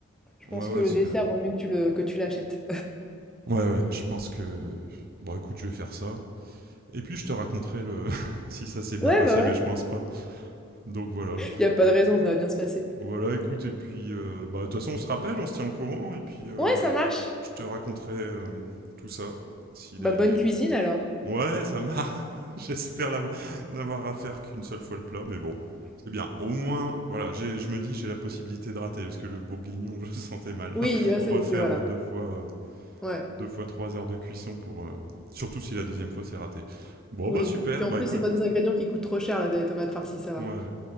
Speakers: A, in the centre; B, on the right (about 45°).
A: Je
B: Ouais,
A: pense que
B: ouais,
A: le
B: c'est
A: dessert,
B: le...
A: vaut mieux que tu le, que tu l'achètes.
B: Ouais, ouais, je pense que bon, écoute, je vais faire ça. Et puis je te raconterai le <laughs> si ça s'est bien
A: Ouais,
B: passé,
A: bah ouais.
B: mais je pense pas. Donc voilà.
A: Il a pas de raison, ça va bien se passer.
B: Voilà, écoute, et puis euh, bah de toute façon on se rappelle, on se tient au courant, et puis euh,
A: Ouais, ça marche.
B: je te raconterai euh, tout ça. S'il
A: Bah
B: est.
A: bonne cuisine alors.
B: Ouais, ça m'a. <laughs> J'espère l'avoir- n'avoir à faire qu'une seule fois le plat, mais bon. C'est bien. Au moins, voilà, j'ai- je me dis j'ai la possibilité de rater, parce que le bourguignon, <laughs> je le sentais mal.
A: Oui,
B: <laughs>
A: là,
B: Refaire
A: c'est c'est- voilà.
B: euh, deux fois.
A: Ouais.
B: Deux fois trois heures de cuisson pour. euh, Surtout si la deuxième fois c'est raté. Bon
A: Oui.
B: bah super,
A: Puis en
B: bah
A: plus,
B: écoute,
A: c'est pas des ingrédients qui coûtent trop cher là, les tomates farcies, ça va.
B: ouais.